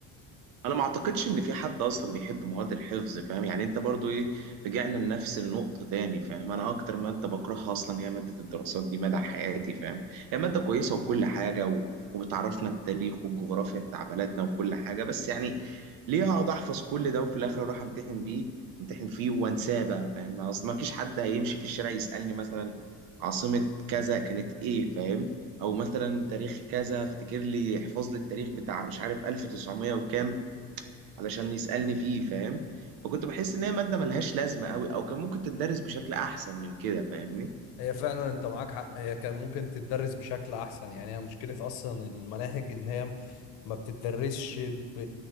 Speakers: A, on the right; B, on the left.
A: انا ما اعتقدش ان في حد اصلا بيحب مواد الحفظ فاهم يعني انت برضو ايه رجعنا لنفس النقطة تاني فاهم انا اكتر مادة بكرهها اصلا هي مادة الدراسات دي مدى حياتي فاهم هي مادة كويسة وكل حاجة و... وبتعرفنا التاريخ والجغرافيا بتاع بلدنا وكل حاجة بس يعني ليه اقعد احفظ كل ده وفي الاخر اروح امتحن بيه امتحن فيه وانساه بقى فاهم اصل ما فيش حد هيمشي في الشارع يسألني مثلا عاصمة كذا كانت ايه فاهم او مثلا تاريخ كذا افتكر لي احفظ لي التاريخ بتاع مش عارف 1900 وكام علشان يسألني فيه فاهم فكنت بحس ان هي مادة ملهاش لازمة قوي او كان ممكن تدرس بشكل احسن من كده فاهمني
B: هي فعلا انت معاك حق هي كان ممكن تتدرس بشكل احسن يعني هي مشكلة اصلا المناهج ان هي ما بتتدرسش ب...